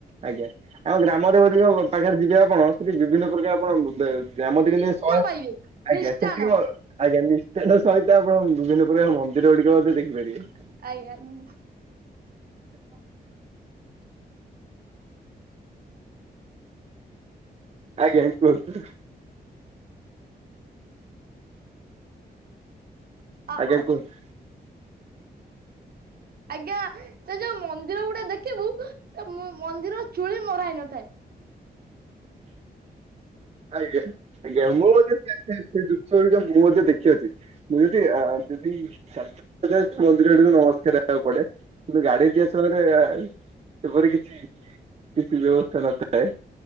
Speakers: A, on the right; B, on the right.
A: ଆଜ୍ଞା। ଆଉ ଗ୍ରାମରେ ବୋଧେ ଯୋଉ ପାଖରେ ଯିବେ ଆପଣ ସେଠି ବିଭିନ୍ନ ପ୍ରକାର ଆପଣ ଗ୍ରାମ ଦେବୀ ଶହେ
B: ହେଉ
A: ଆଜ୍ଞା
B: ମିଷ୍ଟାନ
A: ସେଠି ଆଜ୍ଞା ନିଷ୍ଟାର ସହିତ ଆପଣ ବିଭିନ୍ନ ପ୍ରକାର ମନ୍ଦିର ଗୁଡିକ ମଧ୍ୟ ଦେଖିପାରିବେ।
B: ଆଜ୍ଞା।
A: <inaudible> ଆଜ୍ଞା କୁହନ୍ତୁ?
B: ଆ
A: ଆଜ୍ଞା
B: ଆ
A: କୁହନ୍ତୁ <inaudible>
B: ଆଜ୍ଞା ସେ ଯୋଉ ମନ୍ଦିର ଗୁଡା ଦେଖିବୁ ସେ ମ ମନ୍ଦିର ଚୁଳି ମରା ହେଇନଥାଏ।
A: ଆଜ୍ଞା ଆଜ୍ଞା ମୁଁ ମଧ୍ୟ ସେ ସେ ସେ ଦୃଶ୍ୟଗୁଡ଼ିକ ମୁ ମଧ୍ୟ ଦେଖି ଆସିଛି। ମୁଁ ଯଦି ଆ ଯଦି ଚା <unintelligible> ମନ୍ଦିର ଆଡକୁ ନମସ୍କାର ହେବାକୁ ପଡେ କିନ୍ତୁ ଗାଡି ଦିଆ ସଙ୍ଗରେ <unintelligible> ସେପରି କିଛି କିଛି ବ୍ୟବସ୍ଥା ନଥାଏ